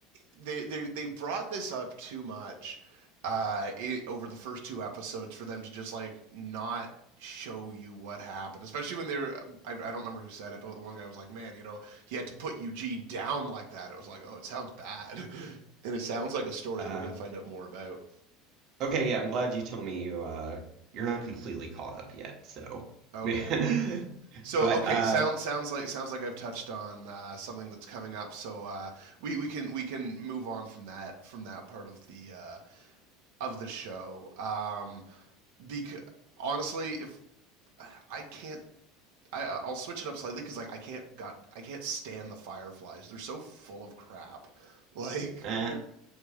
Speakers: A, on the right (about 80°); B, on the right (about 45°).
A: they they they brought this up too much uh, it, over the first two episodes for them to just like not show you what happened especially when they were I, I don't remember who said it but the one guy was like man you know he had to put eugene down like that it was like oh it sounds bad <laughs> and it sounds like a story
B: Uh,
A: that we're going to find out more about
B: Okay, yeah, I'm glad you told me you uh you're not completely caught up yet, so
A: okay
B: <laughs>
A: So
B: but
A: okay,
B: uh
A: sounds sounds like sounds like I've touched on uh, something that's coming up. So uh, we we can we can move on from that from that part of the uh, of the show. Um, because honestly, if I can't. I, I'll switch it up slightly because like I can't got I can't stand the Fireflies. They're so full of crap. <laughs> Like
B: eh,
A: they're,